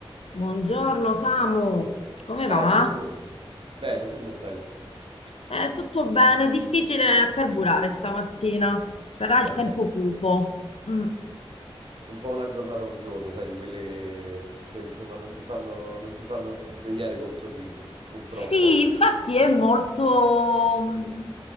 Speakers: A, on the left; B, on the right.
A: Buongiorno Samu, come
B: Ciao,
A: va?
B: buongiorno. Bene, tu come stai?
A: Eh, tutto bene, difficile a carburare stamattina. Sarà il
B: <laughs>
A: tempo cupo. Mm.
B: Un po' una giornata uggiosa, sai, di quelle che, che, insomma non ti fanno, non ti fanno svegliare col sorriso, purtroppo.
A: Sì, infatti è molto... mm,